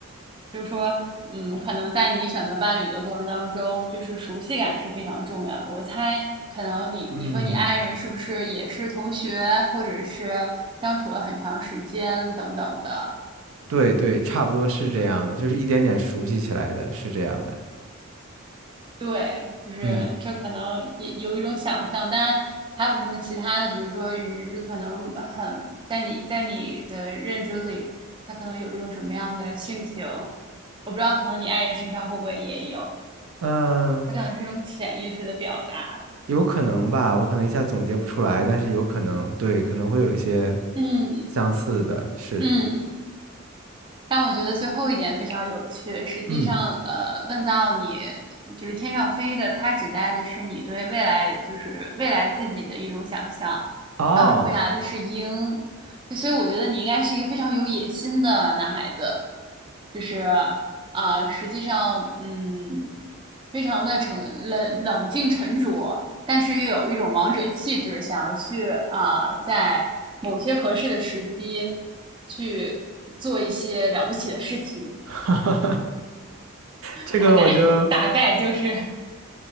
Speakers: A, on the right; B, on the right.
A: 就是说，嗯，可能在你选择伴侣的过程当中，就是熟悉感是非常重要的。我猜，可能你你和你爱人是不是也是同学，
B: 嗯，
A: 或者是相处了很长时间等等的？
B: 对对，差不多是这样的，
A: 有，
B: 就是一点点熟悉起来的，是这样的。
A: 对，就是这可能也有一种想象，
B: 嗯。
A: 当然还有什么其他的，比如说鱼，可能很在你在你的认知里，它可能有一种什么样的性情，我不知道，可能你爱人身上会不会也有，
B: 嗯，
A: 它可能是一种潜意识的表达。
B: 有可能吧，我可能一下总结不出来，但是有可能，对，可能会有一些
A: 嗯
B: 相似的，是，
A: 嗯，但我觉得最后一点非常有趣。实际上，
B: 嗯，
A: 呃，问到你就是天上飞的，它指代的是你对未来，就是未来自己的一种想象。
B: 哦，
A: 然后你回答的是鹰，就所以我觉得你应该是一个非常有野心的男孩子，就是呃，实际上，嗯，非常的沉冷冷静沉着，但是又有一种王者气质，想要去啊、呃在某些合适的时机去做一些了不起的事情。
B: <laughs> 这个我就
A: 大概大概就是